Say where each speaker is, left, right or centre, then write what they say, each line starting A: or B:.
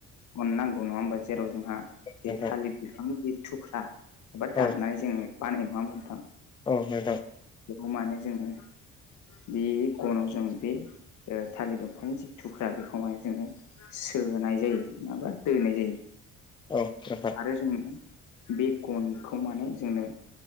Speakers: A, on the left (about 75°); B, on the left (about 15°).
A: गन नांगौ नङा होमबा जेराव जोंहा बे
B: नोंथां
A: थालिर बिफांनि थुख्रा एबा दाननानै
B: औ
A: जों बानायो नङा होनबा नोंथां
B: औ नोंथां
A: बेखौ माने जोंङो बे गनाव जों बे थालिर दंफांनि जि थुख्रा बेखौ माने जोंङो सोनाय जायो नङाबा दोनाय जायो
B: औ नोंथां
A: आरो जोंनो बे गनखौ माने जोंनो